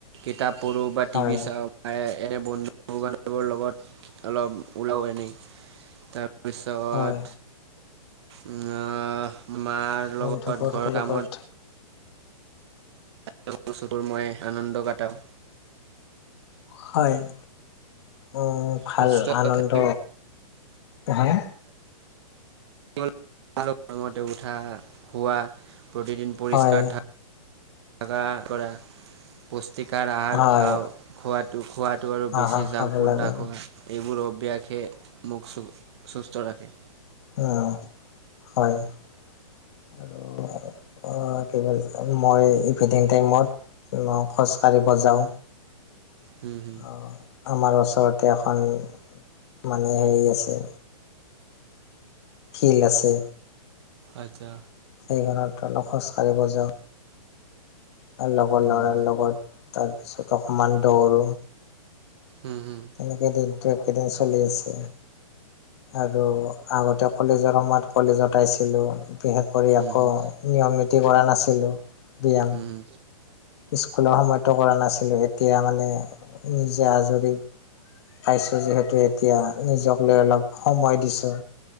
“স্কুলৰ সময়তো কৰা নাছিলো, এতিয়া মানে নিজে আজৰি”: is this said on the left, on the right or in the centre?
Left